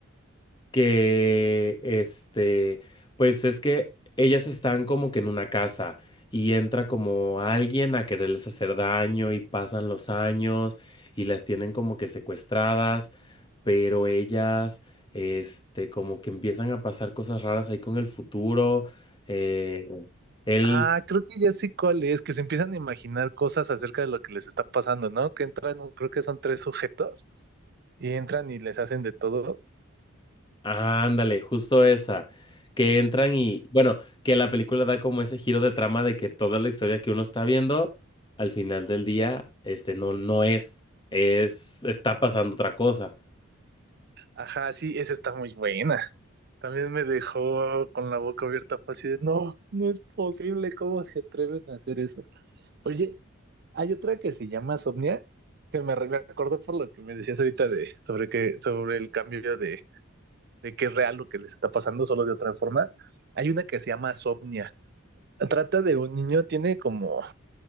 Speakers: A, on the left; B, on the right.
A: que este, pues es que ellas están como que en una casa y entra como alguien a quererles hacer daño y pasan los años y las tienen como que secuestradas, pero ellas este como que empiezan a pasar cosas raras ahí con el futuro. eh, él
B: Ah, creo que ya sé cuál es, que se empiezan a imaginar cosas acerca de lo que les está pasando, ¿no? Que entran, un- creo que son tres sujetos y entran y les hacen de todo.
A: Ah, Ándale, justo esa, que entran y, bueno, que la película da como ese giro de trama de que toda la historia que uno está viendo, al final del día, este no, no es, es, está pasando otra cosa.
B: Ajá, sí, esa está muy buena. También me dejó con la boca abierta, fue así de, no, no es posible, ¿cómo se atreven a hacer eso? Oye, hay otra que se llama Somnia, que me, re- me acordó por lo que me decías ahorita de, sobre que, sobre el cambio de, de que es real lo que les está pasando, solo de otra forma. Hay una que se llama Somnia. Trata de un niño, tiene como,